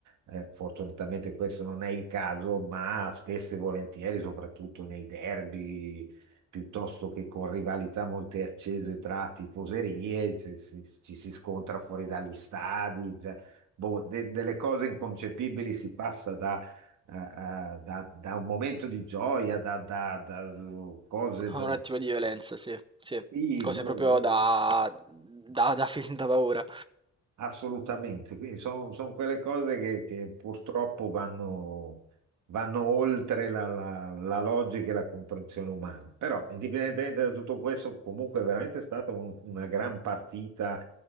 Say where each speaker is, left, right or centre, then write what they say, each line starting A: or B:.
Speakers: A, on the right (about 75°); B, on the right (about 15°).
A: eh, fortunatamente questo non è il caso, ma spesso e volentieri, soprattutto nei derby, piuttosto che con rivalità molto accese tra tifoserie, se- se- ci si scontra fuori dagli stadi, cioè, boh, de- delle cose inconcepibili si passa da, eh, eh, da- da un momento di gioia, da, da- da uh, cose
B: Ha
A: da,
B: un attimo di violenza, sì, sì.
A: sì,
B: Cose
A: boh,
B: proprio
A: boh.
B: da, da, da film da paura.
A: Assolutamente, quindi sono quelle cose che, che purtroppo vanno, vanno oltre la, la- la logica e la comprensione umana. Però, indipendentemente da tutto questo, comunque è veramente stata un- una gran partita